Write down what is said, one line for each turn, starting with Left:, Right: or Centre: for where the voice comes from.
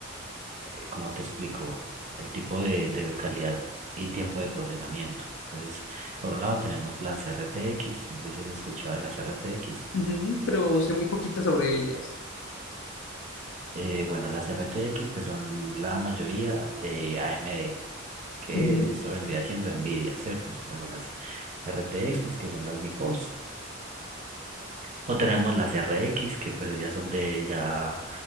Right: eh, ¿cómo te explico? El tipo de, de calidad y tiempo de procesamiento. Entonces, por un lado tenemos las RTX, no sé si has escuchado de las RTX.
Left: Ujú, pero sé muy poquita sobre ellas.
Right: Eh, bueno, las RTX pues son la mayoría de AMD. que
Left: Ujú,
Right: eso vendría siendo NVIDIA, ¿cierto? Son las son las RTX, que son las GeForce. O tenemos las RX, que pues ya son de ya,